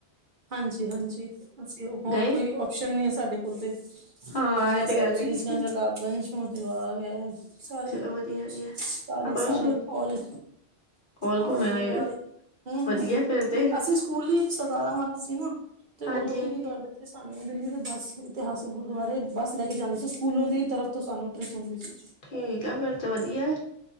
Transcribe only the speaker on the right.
ਹਾਂਜੀ-ਹਾਂਜੀ, ਅਸੀਂ ਹੋਰ
ਕੋਈ ਓਪਸ਼ਨ ਨਹੀਂ ਸਾਡੇ ਕੋਲ ਦੇ
ਬੰਗਲਾ
ਸਾਹਿਬ,
ਸ਼ੀਸ਼ਗੰਜ, ਰਕਾਬਗੰਜ ਮੋਤੀ ਬਾਗ ਹੈ। ਸਾਰੇ
ਸਾਰੇ-ਸਾਰੇ
ਔਰ।
ਹੋਲੀ
ਗੁਰਦੁਆਰੇ।
ਹਮ-ਹਮ
ਹਮ,
ਅਸੀਂ ਪੂਰੀ ਸਰਕਾਰਾਂ ਵਾਲੀ ਸੀ ਨਾ, ਤੇ
ਉਹ ਲੋਕੀ
ਕੀ ਕਰਦੇ। ਤੇ ਸਾਨੂੰ ਦਿੱਲੀ ਦੇ ਬੱਸ ਇਤਿਹਾਸਿਕ ਗੁਰਦੁਆਰੇ ਬੱਸ ਲੈ ਕੇ ਜਾਂਣੀ ਸੀ। ਸਕੂਲੋਂ ਦੀ ਤਰਫ਼ ਤੋਂ ਸਾਨੂੰ ਟ੍ਰਿਪ ਹੁੰਦੀ ਸੀ।